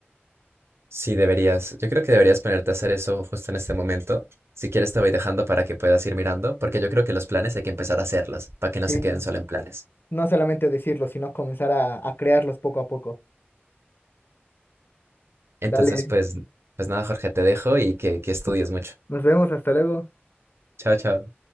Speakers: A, on the right; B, on the left.
A: Sí, deberías. Yo creo que deberías ponerte a hacer eso justo en este momento. Si quieres, te voy dejando para que puedas ir mirando, porque yo creo que los planes hay que empezar a hacerlos, para que no
B: Sí,
A: se queden
B: no.
A: solo en planes.
B: No solamente decirlo, sino comenzar a, a crearlos poco a poco.
A: Entonces,
B: Dale,
A: pues, pues nada, Jorge, te dejo y que, que estudies mucho.
B: nos vemos, hasta luego.
A: Chao, chao.